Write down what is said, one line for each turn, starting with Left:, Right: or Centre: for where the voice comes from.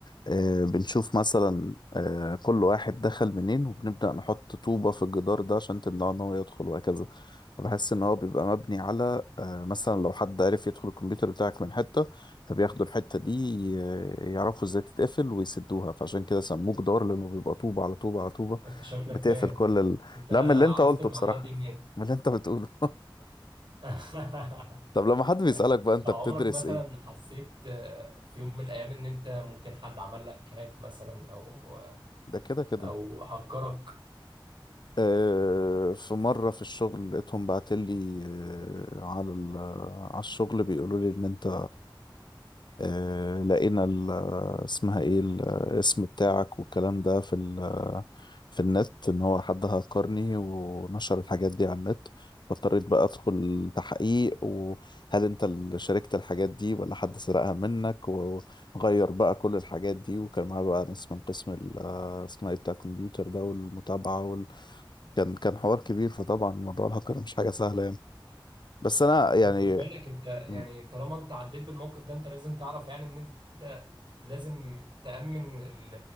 Left: آه، بنشوف مثلا آه، كل واحد دخل منين وبنبدأ نحط طوبة في الجدار ده عشان تمنعه إن هو يدخل وهكذا فبحس إن هو بيبقى مبني على آه، مثلا لو حد عرف يدخل الكمبيوتر بتاعك من حتة فبياخدوا الحتة دي آه، يعرفوا إزاي تتقفل ويسدوها فعشان كده سموه جدار لأنه بيبقى طوبة على طوبة على طوبة
Right: انت شكلك
Left: بتقفل
Right: فاهم
Left: كل
Right: برضه
Left: ال...
Right: انت
Left: لا من اللي أنت
Right: عرفت
Left: قلته
Right: المعلومات
Left: بصراحة
Right: دي منين
Left: <laughs> من اللي أنت بتقوله <laughs>
Right: <laughs>
Left: طب لما حد بيسألك بقى أنت
Right: لو
Left: بتدرس
Right: عمرك مثلا
Left: إيه؟
Right: حسيت آه، في يوم من الايام ان انت ممكن حد عمل لك هاك مثلا او
Left: ده كده كده
Right: او هكرك
Left: آه، في مرة في الشغل لقيتهم بعتلي آه، على ال- على الشغل بيقولوا لي إن أنت آه، لقينا ال- اسمها ايه الاسم بتاعك والكلام ده في ال- في النت ان هو حد هكرني ونشر الحاجات دي على النت فاضطريت بقى ادخل تحقيق وهل انت اللي شاركت الحاجات دي ولا حد سرقها منك وغير بقى كل الحاجات دي وكان معاه بقى ناس من قسم ال- اسمها ايه بتاع الكمبيوتر ده والمتابعة وال... كان كان حوار كبير فطبعا موضوع الهكر مش حاجة سهلة يعني بس انا يعني
Right: طب خد بالك انت يعني
Left: م-
Right: طالما انت عديت بالموقف ده انت لازم تعرف يعني ان انت لازم تأمن ال-